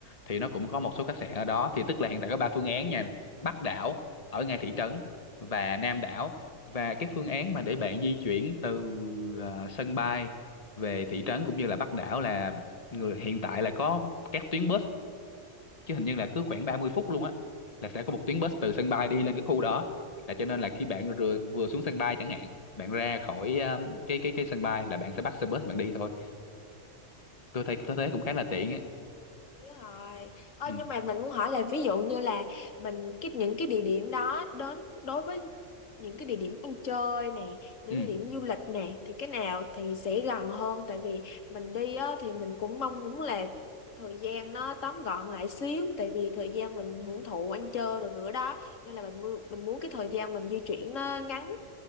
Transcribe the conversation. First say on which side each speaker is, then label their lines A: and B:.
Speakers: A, on the left (about 30°); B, on the left (about 70°).
A: thì nó cũng có một số khách sạn ở đó thì tức
B: Ừ.
A: là hiện tại có ba phương án nha Bắc đảo ở ngay thị trấn và Nam đảo và cái phương án mà để bạn di chuyển từ ờ, sân bay về thị trấn cũng như là Bắc đảo là người hiện tại là có các tuyến bus chứ hình như là cứ khoảng 30 phút luôn á là sẽ có một tuyến bus từ sân bay đi lên cái khu đó là cho nên là khi bạn vừa, vừa xuống sân bay chẳng hạn bạn ra khỏi um, cái cái cái sân bay là bạn sẽ bắt xe bus bạn đi thôi tôi thấy tôi thấy cũng khá là tiện
B: Ừ.
A: á
B: Đúng rồi. Ờ,
A: ừ
B: nhưng mà mình muốn hỏi là ví dụ như là mình cái những cái địa điểm đó đến đối với những cái địa điểm ăn chơi nè, những
A: ừ
B: địa điểm du lịch nè thì cái nào thì sẽ gần hơn tại vì mình đi á, thì mình cũng mong muốn là thời gian nó tóm gọn lại xíu tại vì thời gian mình hưởng thụ ăn chơi rồi nữa đó nên là mình mu- mình muốn cái thời gian mình di chuyển nó ngắn